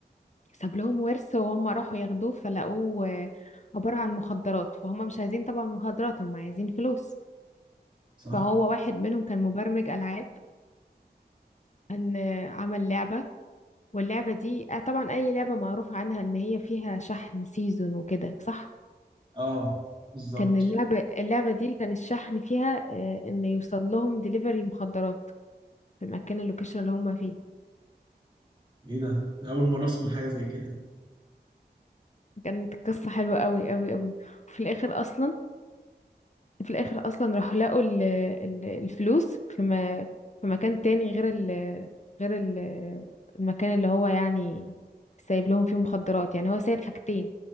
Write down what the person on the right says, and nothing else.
صح؟
آه بالظبط
إيه ده؟ أنا أول مرة أسمع حاجة زي كده